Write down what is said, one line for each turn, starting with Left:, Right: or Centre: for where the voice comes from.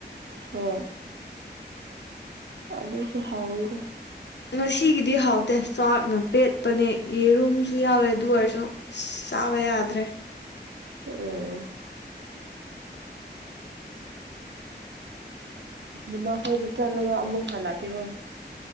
Right: ꯍꯣꯏ ꯑꯗꯨꯁꯨ ꯍꯥꯎꯋꯤꯗ
Left: ꯉꯁꯤꯒꯤꯗꯤ ꯍꯥꯎꯇꯦ ꯆꯥꯛꯅ ꯄꯦꯠꯄꯅꯦ ꯌꯦꯔꯨꯝꯁꯨ ꯌꯥꯎꯋꯦ ꯑꯗꯨ ꯑꯣꯏꯔꯁꯨ ꯇ ꯌꯥꯗ꯭ꯔꯦ
Right: ꯑꯝ ꯑꯗꯨꯅ ꯃꯈꯣꯏꯗ ꯆꯠꯂꯒ ꯑꯃꯨꯛ ꯍꯜꯂꯛꯀꯔꯣ